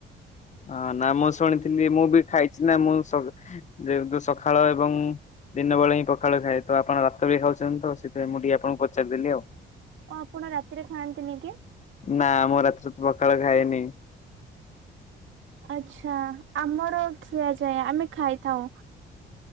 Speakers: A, on the left; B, on the right.
A: ହଁ ନା ମୁଁ ଶୁଣିଥିଲି ମୁଁ ବି ଖାଇଛି ନା ମୁଁ ଯେହେତୁ ସକାଳ ଏବଂ ଦିନବେେଳେ ହିଁ ପଖାଳ ଖାଏ, ତ ଆପଣ ରାତିରେ ଖାଉଛନ୍ତି ତ ସେଥିପାଇଁ ମୁଁ ଟିକେ ଆପଣଙ୍କୁ ପଚାରିଦେଲି ଆଉ।
B: ଓ ଆପଣ ରାତିରେ ଖାଆନ୍ତିନି କି?
A: ନା ମୁଁ ରାତିରେ ତ ପଖାଳ ଖାଏନି।
B: ଆଚ୍ଛା ଆମର ଖିଆ ଯାଏ, ଆମେ ଖାଇଥାଉ।